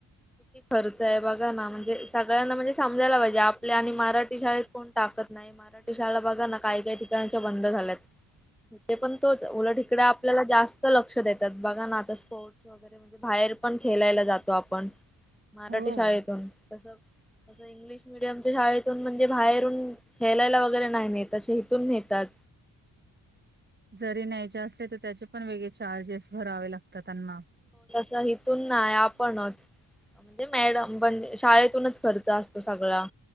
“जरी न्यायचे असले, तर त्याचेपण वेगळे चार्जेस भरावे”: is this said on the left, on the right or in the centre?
Right